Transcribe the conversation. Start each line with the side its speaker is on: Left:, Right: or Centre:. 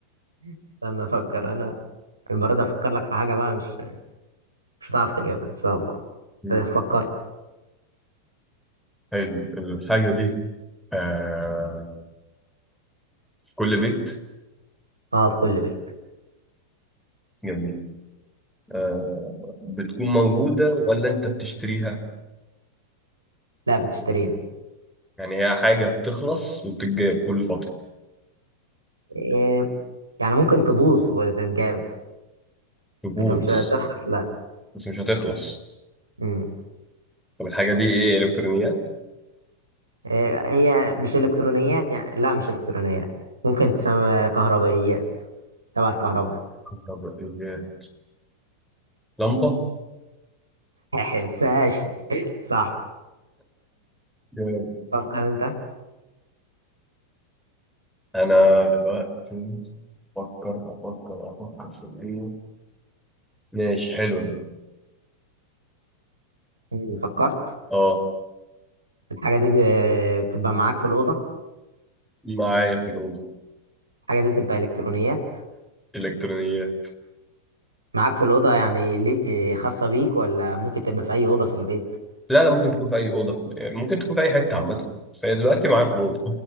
Right: استنى افكر انا المرة دي افكر لك في حاجة بقى مش مش هتعرف تجيبها ان شاء الله
Centre: مم.
Right: آه، فكرت
Centre: حلو الحاجة دي آه في كل بيت
Right: اه في كل بيت
Centre: جميل آه بتكون موجودة ولا أنت بتشتريها؟
Right: لا بتشتريها
Centre: يعني هي حاجة بتخلص وبتتجاب كل فترة
Right: إيه يعني ممكن تبوظ وتتجاب
Centre: تبوظ
Right: لكن مش هتخلص لا
Centre: بس مش هتخلص
Right: مم.
Centre: طب الحاجة دي إيه إلكترونيات؟
Right: إيه هي مش إلكترونيات يعني لا مش إلكترونيات ممكن تسمى كهربائيات تبع الكهرباء
Centre: طب إيه لمبة؟
Right: حساش صح
Centre: جامد.
Right: فكر انت
Centre: أنا دلوقتي أفكر أفكر أفكر في إيه؟ ماشي حلو ده
Right: مم، فكرت
Centre: أه
Right: الحاجة دي ب- بتبقى معاك في الأوضة
Centre: معايا في الأوضة
Right: الحاجة دي بتبقى إلكترونيات
Centre: إلكترونيات
Right: معاك في الأوضة يعني لي- آه، خاصة بيك ولا ممكن تبقى في أي أوضة في البيت
Centre: لا لا ممكن تكون في أي أوضة في... يعني ممكن تكون في أي حتة عامة بس هي دلوقتي معايا في الأوضة